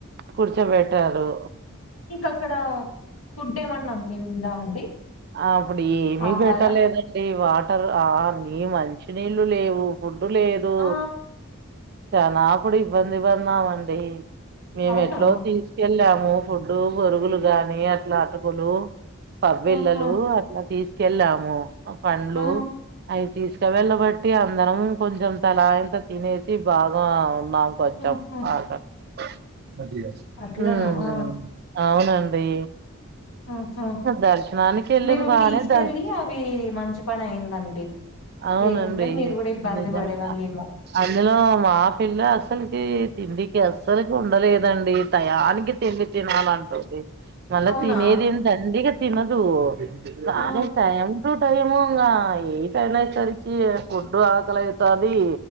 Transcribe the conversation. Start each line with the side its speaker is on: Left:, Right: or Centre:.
Right: కూర్చోబెట్టారు.
Left: ఇంకక్కడ ఫుడ్ ఏమన్నా అందిందా అండి?
Right: అప్పుడు ఏమి
Left: ఆహారం
Right: పెట్టలేదండి. వా ఆ నీ మంచి నీళ్ళు లేవు, ఫుడ్డు లేదు.
Left: ఆ
Right: చాలాప్పుడు ఇబ్బంది పడినామండి. మేమెట్లో
Left: అవునా
Right: తీసుకెళ్ళాము ఫుడ్, బొరుగులు గాని అట్లా అటుక్ కులు పబ్బీళ్ళలు
Left: ఆహా
Right: అట్లా తీసుకెళ్ళాము. పండ్లు
Left: ఆ
Right: అవి తీసుక్ చెవెళ్ళ బట్టి అందరం కొంచెం తలా ఇంత తినేసి బాగా నా కొంచం
Left: ఆహా
Right: ఆగా హ్మ్మ్
Left: అట్లనా
Right: అవునండి
Left: ఆహా
Right: దర్శనాని కెల్లాం
Left: మీరు
Right: బానే
Left: తీసుకెళ్ళి
Right: దర్శ్
Left: అవి మంచి పని అయిందండి
Right: అవునండి
Left: లేకుంటే మీరు కూడా ఇబ్బంది
Right: నిజంగా
Left: పడేవాళ్ళేమో
Right: అందులో మాక్ పిల్ల అసలకి తిండికి అస్సలకి ఉండలేదండి. టయానికి తిండి తినాలంటుంది మళ్ళా
Left: అవునా
Right: తినేదేం దండిగా తినదు. కానీ
Left: ఆ
Right: టైమ్ టు టైమ్ ఇంగా ఇ పెన సరికి ఫుడ్డు ఆకలయితాది